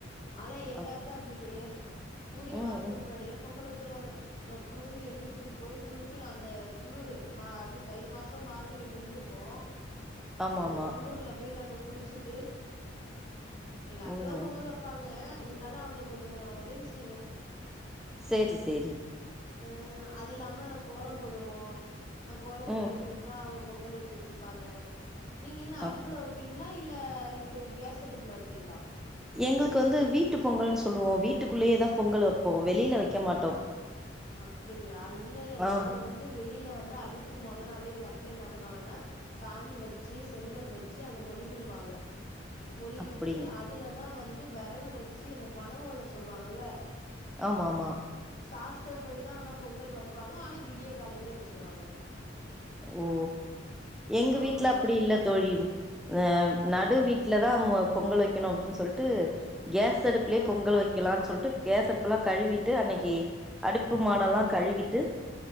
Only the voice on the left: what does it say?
ஆள எங்க
அத்த அப்டி கெடையாது சூரிய
வரத்துக்கு
முன்னாடே பொங்கல் வ ச்சிருவாங்க நா தூங்கி எந்துரிச்சு போய் குளிக்கணு அந்த குளுரு மா அது தை மாசோ மார்கழி முடிஞ்சுருக்கு
அந்த குளூர்ல போய் நாங்க குளிச்சுட்டு எங்க அத்ததா
பொங்கல் வப்பாங்க இருந்தாலு அவுங்களுக் கொஞ்சோ ஒதவி செய்வே
அ அது இல்லாம நா கோலோ போடுவோ நா கோல போட்டுட்ருப்ப
அவுகப் பொங்கல் வச்சுட்ருப்பாங்க நீங்க என்ன
அடுப்புல வப்பீங் ப்புல இல்ல இக்கு கேஸ் அடுப்புல வப்பீங்ளா
அப்டிங்ளா இல்ல இல்ல
நாங்க வந்து வெளில வந்து அடுப் பு மொதனாலே எங்க அத்த என்ன பண்ணுவாங்கனா சாணி வச்சு செங்கல் வச்சு அத மொளிவிடுவாங்க மொளிவிட்டு
அதுலதா வந்து வெறகு வ ச்சு இந்த பண ஓல சொல்லுவாங்குல்ல
சாஸ் த்ரபடிதா ஆனா பொங்கல் வப்பாங்க ஆனா விடிய காலைலே வச்சிருவாங்க
ஆமா.
ஆ,
ஆ,
ம்,